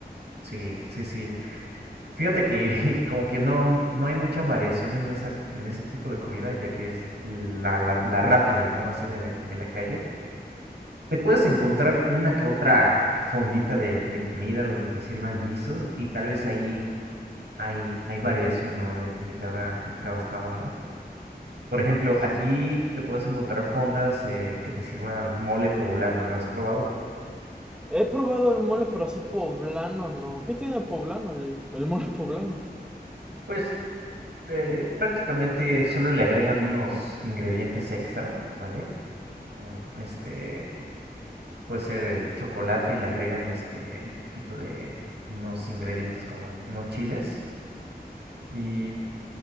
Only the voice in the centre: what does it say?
Pues,
he probado el mole, pero así poblano, ¿no? ¿Qué tiene poblano, el, el mole poblano?